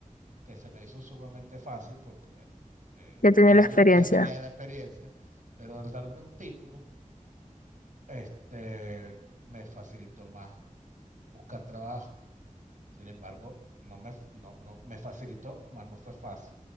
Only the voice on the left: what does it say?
Ya tiene
la experiencia.